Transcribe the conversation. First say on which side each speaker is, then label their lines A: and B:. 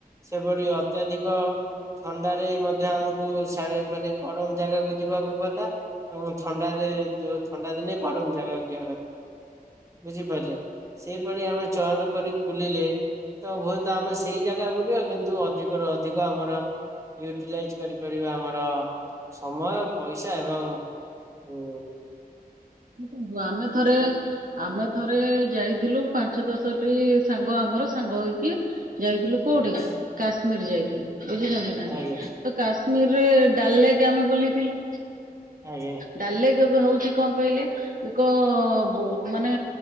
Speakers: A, on the right; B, on the right.
A: ସେପରି ଅତ୍ୟଧିକ ଥଣ୍ଡାରେ ମଧ୍ୟ ଆମକୁ ସିଆଡ଼େ, ମାନେ ଗରମ ଜାଗାକୁ ଯିବାକୁ କଥା ଏବଂ ଥଣ୍ଡାରେ ଯୋଉ ଥଣ୍ଡା ଦିନେ ଗରମ ଜାଗାକୁ ଯିଆ କଥା। ବୁଝିପାରିଲେ, ସେଇଭଳି ଆମେ ଚୟନ କରିକି ବୁଲିଲେ ତ ହୁଏତ, ଆମେ ସେଇ ଜାଗା ବୁଲିବା କିନ୍ତୁ, ଅଧିକରୁୁ ଅଧିକ ଆମର ୟୁଟିଲାଇଜ୍ କରିପାରିବା ଆମର, ସମୟ ପଇସା ଏବଂ ଓ-ଓ
B: ଦେଖନ୍ତୁ, ଆମେ ଥରେ ଆମେ ଥରେ ଯାଇଥିଲୁ, ପାଞ୍ଚ ଦଶଟି ସାଙ୍ଗ ଆମର ସାଙ୍ଗ ହେଇକି ଯାଇଥିଲୁ କୋଉଠିକି?
A: ଆଜ୍ଞା
B: କାଶ୍ମୀର ଯାଇଥିଲୁ। ବୁଝୁଛନ୍ତି ନା ନାଇଁ
A: ଆଜ୍ଞା
B: ତ କାଶ୍ମୀରରେ ଡାଲ୍ ଲେକ୍, ଆମେ ବୁଲିଥିଲୁ।
A: ଆଜ୍ଞା!
B: ଡାଲ୍ ଲେକ୍ କ ହଉଛି କଣ କହିଲେ? ଏକ ବ ମାନେ